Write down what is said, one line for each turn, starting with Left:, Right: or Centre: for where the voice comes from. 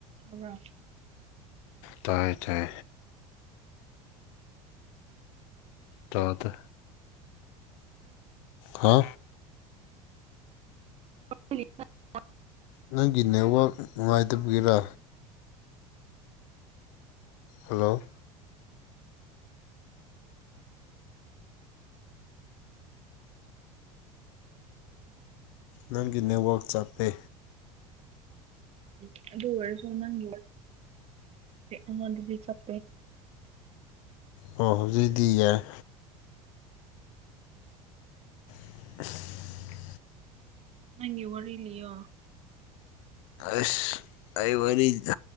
Right: ꯊꯝꯔꯝ
Left: ꯇꯥꯏ ꯇꯥꯏ ꯇꯥꯗ ꯍꯥ
Right: <unintelligible>
Left: ꯅꯪꯒꯤ ꯅꯦꯠꯋꯥꯛ ꯅꯨꯡꯉꯥꯏꯇꯕꯒꯤꯔꯥ ꯍꯜꯂꯣ ꯅꯪꯒꯤ ꯅꯦꯠꯋꯥꯛ ꯆꯠꯄꯦ
Right: <unintelligible> ꯑꯗꯨ ꯋꯥꯔꯁꯨꯁꯨ ꯅꯪ ꯌꯗꯤꯗꯤꯁꯞꯦ <unintelligible>
Left: ꯑꯣ ꯍꯧꯖꯤꯛꯗꯤ ꯌꯥꯏ <unintelligible>
Right: ꯅꯪꯒꯤ ꯋꯥꯔꯂꯑꯣ
Left: ꯑꯁ ꯑꯩ ꯋꯥꯔꯤꯔꯗꯤ